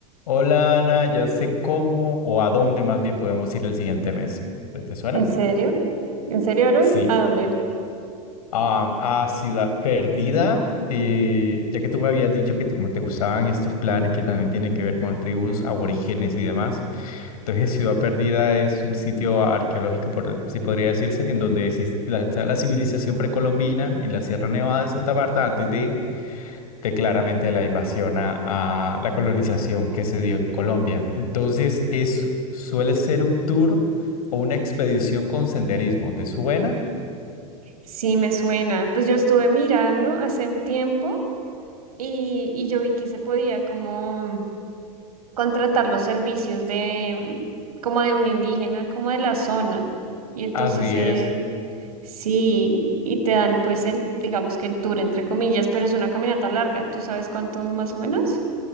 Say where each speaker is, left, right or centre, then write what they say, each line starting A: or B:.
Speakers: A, on the left; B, on the right.
A: Hola Ana, ya sé cómo o a dónde más bien podemos ir el siguiente mes. ¿Te te suena?
B: ¿En serio? ¿En serio, Aaron?
A: Sí.
B: ¿A dónde?
A: Am, a Ciudad Perdida, eh, ya que tú me habías dicho que tú- como te gustaban estos planes que también tienen que ver con tribus aborígenes y demás. Entonces Ciudad Perdida es un sitio arqueológico, por, si podría decirse, en donde exis- la- está la civilización precolombina en la Sierra Nevada de Santa Marta antes de de claramente la invasión a, a la colonización que se dio en Colombia. Entonces, es, suele ser un tour o una expedición con senderismo. ¿Te suena?
B: Sí, me suena. Pues yo estuve mirando hace un tiempo y, y yo vi que se podía como contratar los servicios de mm, como de un indígena, como de la zona. Y entonces
A: Así
B: eh,
A: es.
B: sí, y te dan pues el, digamos que el tour entre comillas, pero es una caminata larga. ¿Tú sabes cuánto más o menos?